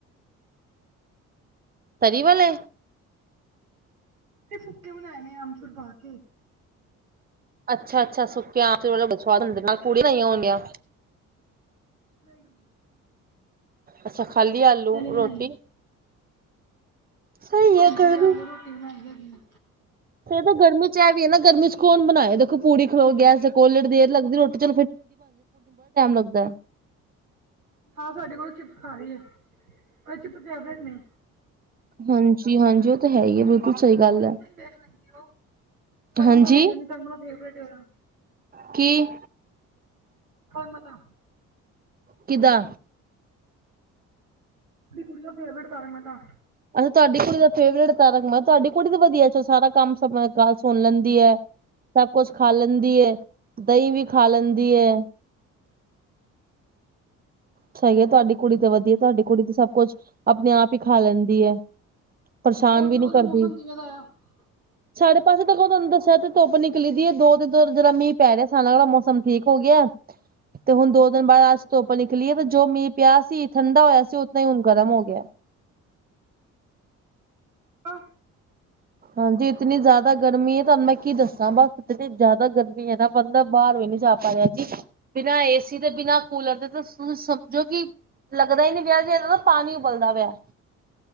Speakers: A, on the right; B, on the right.
A: ਤਰੀ ਵਾਲੇ।
B: ਤੇ ਸੁਕੇ ਬਨਾਏ ਨੇ ਆਮਚੂਰ ਪਾ ਕੇ।
A: ਅੱਛਾ-ਅੱਛਾ ਸੁੱਕੇ ਆਮਚੂਰ ਵਾਲੇ ਸਵਾਦ ਹੁੰਦੇ ਨਾਲ ਕੂੜੀਆਂ ਬਨਾਈਆਂ ਹੋਣਗੀਆਂ।
B: ਨਈਂ।
A: ਅੱਛਾ ਖਾਲੀ ਆਲੂ
B: ਜਨੇ ਬਣਾਏ
A: ਰੋਟੀ
B: ਆ।
A: ਸਹੀ ਹੈ
B: ਹਾਂਜੀ
A: ਗਰਮੀ
B: ਆਲੂ ਰੋਟੀ ਬਨਾਈ ਹੈਗੀ ਐ।
A: ਏ ਤਾਂ ਗਰਮੀ ਚ ਐਹ ਵੀ ਐ ਨਾ ਗਰਮੀ ਚ ਕੌਣ ਬਨਾਏ ਦੇਖੋ ਪੂੜੀ ਖਲੋ ਗੈਸ ਤੇ ਕੋਲ ਲੇਟ ਦੇਰ ਲੱਗਦੀ ਰੋਟੀ <unintelligible>
B: ਹਾਂ, ਸਾਡੇ ਕੋਲੋਂ ਚਿਪਸ ਖਾ ਰਹੀ ਹੈ। ਉਹ ਚਿਪਸ ਫੇਵਰੇਟ ਨੇ।
A: ਹਾਂਜੀ-ਹਾਂਜੀ ਓ ਤਾਂ ਹੈ ਹੀ ਸਹੀ ਗੱਲ
B: ਤਰਨ
A: ਹੈ
B: ਵਲ ਵੇਖ ਲੈਦੀ ਓ, ਤਰਨ
A: ਹਾਂਜੀ
B: ਵਲ ਵੇਖ ਲੈਦੀ ਆ।
A: ਕੀ?
B: ਓਏ ਮੈ ਤਾਂ
A: ਕੀਦਾ?
B: ਆਪਣੀ ਕੁੜੀ ਦਾ ਫੇਵਰੇਟ ਕਾਰ ਮੈਂ ਕਿਆ
A: ਅੱਛਾ ਤੁਆਡੀ ਕੁੜੀ ਦਾ ਫੇਵਰੇਟ ਤਾਰਕ। ਤੁਆਡੀ ਕੁੜੀ ਦਾ ਵਧੀਆ ਚ ਸਾਰਾ ਕੰਮ ਸੁਣ ਲੈਂਦੀ ਹੈ। ਸਭ ਕੁਛ ਖਾ ਲੈਂਦੀ ਐ। ਦਈਂ ਵੀ ਖਾ ਲੈਂਦੀ ਐ। ਅੱਛਾ ਜੀ, ਤੁਹਾਡੀ ਕੁੜੀ ਤਾਂ ਵਧੀਆ ਤੁਹਾਡੀ ਕੁੜੀ ਤੇ ਸਭ ਕੁੱਛ ਆਪਣੇ-ਆਪ ਈ ਖਾ ਲੈਂਦੀ ਏ। ਪਰੇਸ਼ਾਨ
B: ਉਸ
A: ਵੀ ਨੀ
B: ਉਸ
A: ਕਰਦੀ।
B: ਮੌਸਮ ਕਿਵੇਂ ਦਾ ਆ ਉਸ
A: ਸਾਡੇ ਪਾਸੇ ਤਾਂ ਤੁਹਾਨੂੰ ਦੱਸਿਆ ਤੇ ਧੁੱਪ ਨਿਕਲੀ ਸੀ। ਦੋ ਦਿਨ ਤੋਂ ਜੇੜਾ ਮੀਹ ਪੈ ਰਿਆ ਆ। ਸਾਰਾਮੌਸਮ ਠੀਕ ਹੋ ਗਿਆ। <unintelligible> ਤੇ ਹੁਣ ਦੋ ਦਿਨ ਬਾਅਦ ਅੱਜ ਧੁੱਪ ਨਿਕਲੀ ਐ ਤੇ ਜੋ ਮੀਂਹ ਪਿਆ ਸੀ। ਠੰਡਾ ਹੋਇਆ ਸੀ ਉਤੋ ਹੁਣ ਗਰਮ ਹੋ ਗਿਆ।
B: ਆ।
A: ਹਾਂਜੀ ਇਤਨੀ ਜ਼ਿਆਦਾ ਗਰਮੀ ਐ ਤੁਹਾਨੂੰ ਮੈਂ ਕੀ ਦੱਸਾਂ ਬਸ ਇਤਨੀ ਜ਼ਿਆਦਾ ਗਰਮੀ ਐ ਨਾ। ਬੰਦਾ ਬਾਹਰ ਵੀ ਨੀ ਜਾ ਪਾ ਰਿਹਾ ਜੀ ਬਿਨਾਂ ਏਸੀ ਦੇ, ਬਿਨਾਂ ਕੂਲਰ ਦੇ ਤੁਸੀਂ ਸਮਝੋ ਕਿ ਲੱਗਦਾ ਹੀ ਨੀ ਪਿਆ ਜਿਵੇਂ ਕਿ ਏਦਾ ਪਾਣੀ ਉਬਲਦਾ ਪਿਆ।